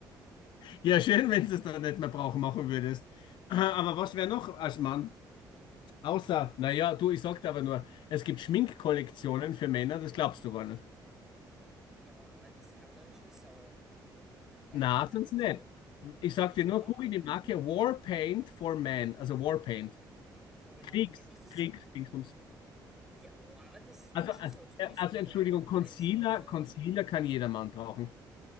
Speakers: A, on the left; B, in the centre.
A: Ja, schön, wenn du es dann nicht mehr brauchen machen würdest. Aber was wäre noch als Mann? Außer, naja, du, ich sagte aber nur, es gibt Schminkkollektionen für Männer, das glaubst du gar nicht.
B: Ja, aber das sind dann schon so, vielleicht
A: Na,
B: Männer
A: sonst
B: mit
A: nicht.
B: so Fetisch,
A: Ich sag dir
B: oder?
A: nur, google die Marke Warpaint for Men, also Warpaint.
B: Das habe ich
A: Kriegs,
B: noch nie gehört. Ist das?
A: Kriegs, Dingsbums.
B: Ja, aber das ist
A: Also,
B: dann schon so zu
A: äh,
B: besonderen
A: also Entschuldigung,
B: Anlässen,
A: Concealer,
B: oder?
A: Concealer kann jeder Mann brauchen.